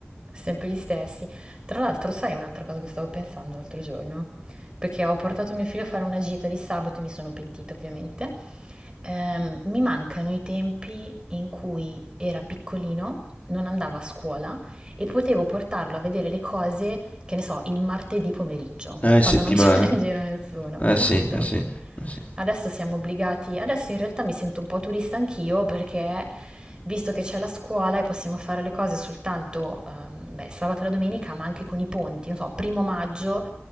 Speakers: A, on the right (about 20°); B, on the left (about 35°).
A: Sempre gli stessi. Tra l'altro, sai un'altra cosa che stavo pensando l'altro giorno? Perché ho portato mio figlio a fare una gita di sabato e mi sono pentita, ovviamente. Ehm, mi mancano i tempi in cui era piccolino, non andava a scuola e potevo portarlo a vedere le cose, che ne so, il martedì pomeriggio,
B: Ah, in Ma dici?
A: quando
B: settimana.
A: non <laughs> c'era in giro nessuno.
B: Eh
A: Esatto.
B: sì, eh sì, eh sì.
A: Adesso siamo obbligati, adesso in realtà mi sento un po' turista anch'io perché visto che c'è la scuola e possiamo fare le cose soltanto ehm, beh, sabato e la domenica, ma anche con i ponti, non so, primo maggio